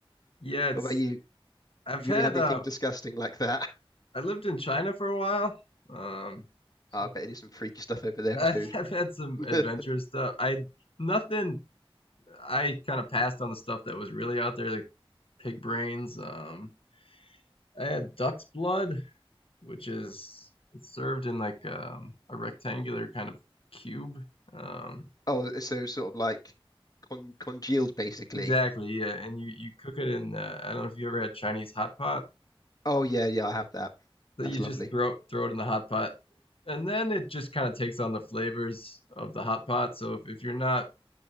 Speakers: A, on the left (about 70°); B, on the left (about 40°).
A: Yeah, it's
B: What about you? Have
A: I've
B: you
A: had
B: really had anything
A: uh
B: disgusting like that?
A: I lived in China for a while. Um
B: <laughs>
A: so
B: I bet you do some freaky stuff over there
A: I've,
B: with food.
A: <laughs> I've
B: <laughs>
A: had some adventurous stuff. I nothing I kind of passed on the stuff that was really out there like pig brains, um I had duck's blood, which is it's served in like um, a rectangular kind of cube. Um,
B: Oh, so sort of like con congealed basically.
A: exactly, yeah. And you you cook it in. Uh, I don't know if you ever had Chinese hot pot.
B: Oh yeah, yeah, I have that.
A: So
B: That's
A: you just
B: lovely.
A: throw throw it in the hot pot, and then it just kind of takes on the flavors of the hot pot. So if, if you're not